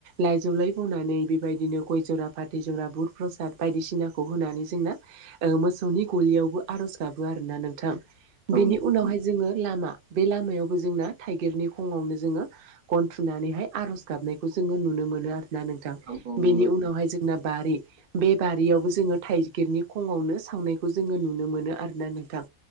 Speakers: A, on the right (about 55°); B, on the right (about 85°).
A: लाइजौ लाय बनानै बेबायदिनो गय जरा फाथै जरा बुद प्रसाद बायदिसिनाखौ होनानै जोंना ओ मोसौनि गलियावबो आर'ज गाबो आरोना नोंथां
B: औ
A: बेनि उनावहाय जोङो लामा बे लामायावबो जोंना थाइगिरनि खङावनो जोङो गनथुनानैहाय आ'ज गाबनायखौ जोङो नुनो मोनो आरो ना नोंथां
B: औ
A: बेनि
B: नंगौ
A: उनावहाय जोंना बारि बे बारियावबो जोङो थाइगिरनि खङावनो सावनायखौ जोङो नुनो मोनो आरोना नोंथां